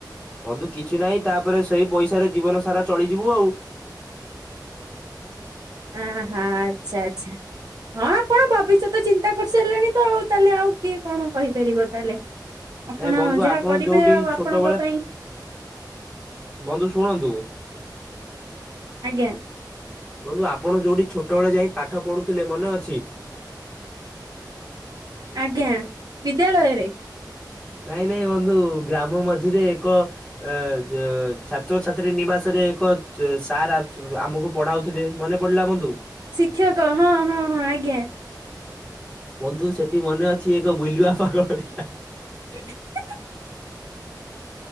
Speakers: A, in the centre; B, on the right.
A: ବନ୍ଧୁ କିଛି ନାଇଁ ତାପରେ ସେଇ ପଇସାରେ ଜୀବନ ସାରା ଚଳିଯିବୁ ଆଉ।
B: ଆ ହା ଆଚ୍ଛା ଆଚ୍ଛା। ହଁ ଆପଣ ଭବିଷ୍ୟତ ଚିନ୍ତା କରିସାରିଲେଣି ତ ଆଉ ତାହେଲେ ଆଉ କିଏ କଣ କହିପାରିବ ତାହେଲେ। ଆପଣ
A: ନାଇଁ ବନ୍ଧୁ
B: ଯାହା
A: ଆପଣ
B: କରିବେ
A: ଯୋଉଠି
B: ଆଉ
A: ଛୋଟବେଳେ
B: ଆପଣଙ୍କ ପାଇଁ
A: ବନ୍ଧୁ ଶୁଣନ୍ତୁ।
B: ଆଜ୍ଞା।
A: ବନ୍ଧୁ ଆପଣ ଯୋଉଠି ଛୋଟବେଳେ ଯାଇ ପାଠ ପଢ଼ୁଥିଲେ ମନେ ଅଛି?
B: ଆଜ୍ଞା ବିଦ୍ୟାଳୟରେ।
A: ନାଇଁ ନାଇଁ ବନ୍ଧୁ ଗ୍ରାମ ମଝିରେ ଏକ ଏ ଯେ ଛାତ୍ରଛାତ୍ରୀ ନିବାସରେ ଏକ ସାର ଆସୁ ଆମକୁ ପଢାଉଥିଲେ ମନେ ପଡିଲା ବନ୍ଧୁ?
B: ଶିକ୍ଷକ ହଁ ହଁ ହଁ ଆଜ୍ଞା।
A: ବନ୍ଧୁ ସେଠି ମନେ ଅଛି ଏକ ବିଲୁଆ ପାଗଳ ଥିଲା?
B: <unintelligible>